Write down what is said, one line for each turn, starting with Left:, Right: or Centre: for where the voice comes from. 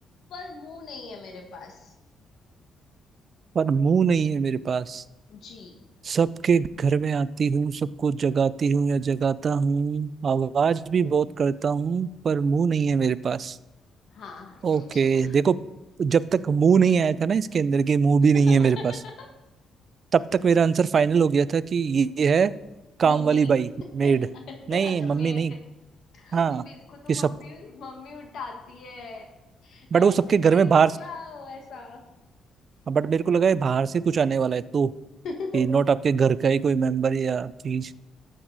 Left: पर मुंह नहीं है मेरे पास
Right: पर मुंह नहीं है मेरे पास
Left: जी
Right: सबके घर में आती हूँ सबको जगाती हूँ या जगाता हूँ आवाज भी बहुत करता हूँ पर मुंह नहीं है मेरे पास
Left: हाँ
Right: ओके
Left: सोचो
Right: देखो जब तक मुंह नहीं आया था ना इसके अंदर के मुंह
Left: <laughs>
Right: भी नहीं है मेरे पास तब तक मेरा आंसर फाइनल हो गया था कि ये ये है काम
Left: मम्मी
Right: वाली बाई
Left: <laughs> अच्छा
Right: मेड नहीं मम्मी
Left: मेड
Right: नहीं
Left: नहीं
Right: हाँ
Left: मेरे को तो
Right: कि सब
Left: मम्मी मम्मी उठाती है
Right: बट
Left: "ए,
Right: वो सबके
Left: दीदी
Right: घर में बाहर
Left: उठ जाओ ऐसा
Right: बट मेरे को लगा है बाहर से कुछ आने वाला है तो
Left: <laughs>
Right: ये नॉट आपके घर का ही कोई मेंबर या चीज